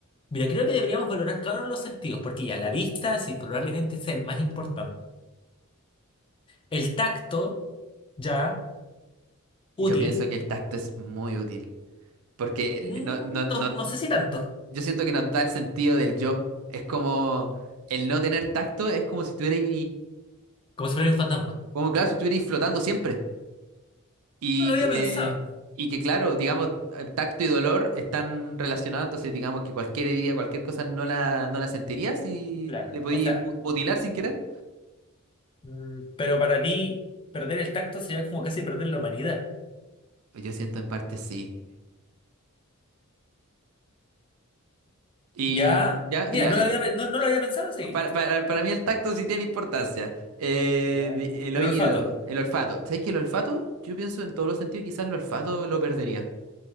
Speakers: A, on the left; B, on the right.
A: mira, creo que deberíamos valorar cada uno de los sentidos, porque ya la vista sí probablemente sea el más importante. El tacto, ya, útil,
B: Yo pienso que el tacto es muy útil porque
A: mm,
B: el- no, no, no,
A: no, no sé si tanto,
B: yo siento que nos da el sentido del yo. Es como el no tener tacto es como si estuvierais,
A: como si fuera un fantasma.
B: como claro, si estuvierais flotando siempre. Y
A: No lo había
B: que,
A: pensado.
B: y que claro, digamos, eh, tacto y dolor están relacionados, entonces digamos que cualquier herida, cualquier cosa no la, no la sentirías si
A: Claro,
B: te podías
A: o sea,
B: mu- mutilar sin querer.
A: Mm, Pero para ti, perder el tacto sería como casi perder la humanidad.
B: Pues yo siento en parte sí. Y
A: Ya,
B: ya,
A: mira,
B: y ya.
A: no
B: eh,
A: lo había, pe- no, no lo había pensado así.
B: Para, para, para mí el tacto sí tiene importancia. Eh,
A: Ya.
B: de- el
A: El
B: oído,
A: olfato,
B: el olfato. ¿Sabes que el olfato? Yo pienso en todos los sentidos, quizás el olfato lo perdería.